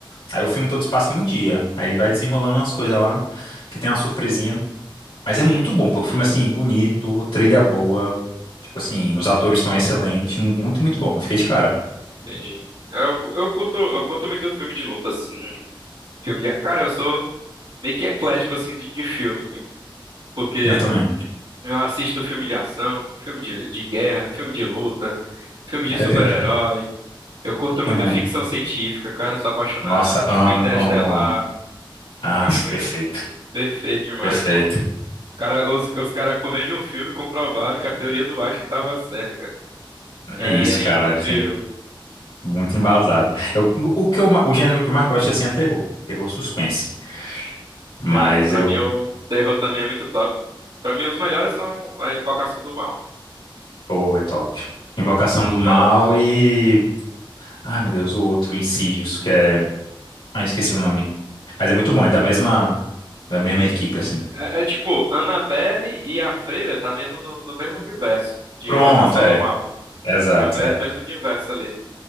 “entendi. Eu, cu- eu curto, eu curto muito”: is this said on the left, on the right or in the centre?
Right